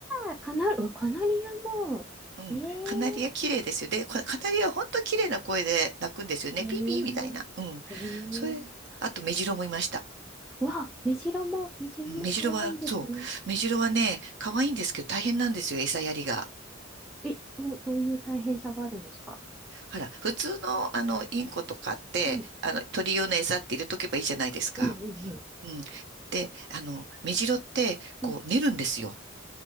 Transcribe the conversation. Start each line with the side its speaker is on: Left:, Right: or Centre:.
Centre: あ、カナル、うわカナリアも。
Right: うん。
Centre: ええ
Right: カナリア綺麗ですよね。でカカナリア本当綺麗な声で鳴くんですよね。
Centre: えー
Right: ピーピーみたいな。うん。
Centre: えー
Right: それ、あとメジロもいました。
Centre: うわ、メジロも、メジロも可愛いですね。
Right: メジロは、そう。メジロはね、可愛いんですけど大変なんですよ、餌やりが。
Centre: え、どう、どういう大変さがあるんですか
Right: ほら、普通の、あの、インコとかって、
Centre: うん、うん、
Right: あの、鳥用の餌って入れとけばいいじゃないですか。
Centre: うん、うん。
Right: うん。で、あの、メジロって、こう、
Centre: うん
Right: 寝るんですよ。